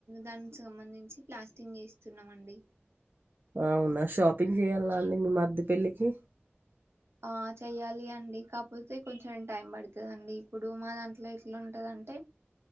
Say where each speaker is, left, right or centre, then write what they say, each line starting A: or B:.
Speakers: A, on the right; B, on the right.
A: దానికి సంబంధించి ప్లాస్టింగ్ చేస్తున్నామ అండి
B: అవునా షాపింగ్ చేయాలా అండి మీ మద్దె పెళ్లికి
A: ఆ చెయ్యాలి అండి కాకపోతే కొంచెం టైం పడుతుందిండి ఇప్పుడు మా దాంట్లో ఇట్లా ఉంటదంటే